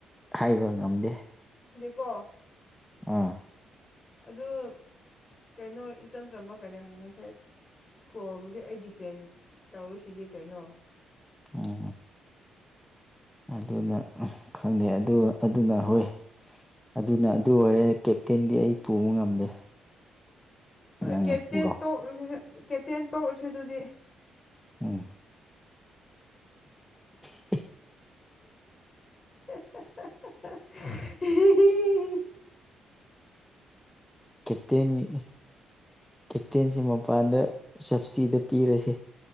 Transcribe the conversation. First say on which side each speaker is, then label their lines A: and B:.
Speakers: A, in the centre; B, on the left.
A: ꯍꯥꯏꯕ ꯉꯝꯗꯦ
B: ꯀꯣ
A: ꯑꯥ
B: ꯑꯗꯨ ꯀꯩꯅꯣ ꯏꯆꯝ ꯆꯝꯕ ꯀꯩꯅꯣ ꯍꯥꯏꯁꯦ ꯏꯁꯀꯣꯔꯕꯨꯗꯤ ꯑꯩ ꯗꯤꯐꯦꯟꯁ ꯇꯧꯔꯨꯁꯤꯗꯤ ꯀꯩꯅꯣ
A: ꯑꯣ ꯑꯗꯨꯅ ꯈꯪꯅꯦ ꯑꯗꯨꯅ ꯍꯣꯏ ꯑꯗꯨꯅ ꯑꯗꯨ ꯑꯣꯏꯔꯦ ꯀꯦꯞꯇꯦꯟꯗꯤ ꯑꯩ ꯄꯨꯕ ꯉꯝꯗꯦ
B: ꯍꯣꯏ
A: ꯅꯪꯅ
B: ꯀꯦꯇꯦꯟ
A: ꯄꯨꯔꯣ
B: ꯀꯦꯇꯦꯟ ꯇꯧꯔꯨꯁꯤ ꯑꯗꯨꯗꯤ
A: ꯎꯝ <inaudible>
B: <unintelligible> <unintelligible>
A: ꯀꯦꯞꯇꯦꯟꯒꯤ ꯀꯦꯞꯇꯦꯟꯁꯤ ꯃꯄꯥꯟꯗ ꯁꯞꯕꯁꯤꯇꯗ ꯄꯤꯔꯁꯦ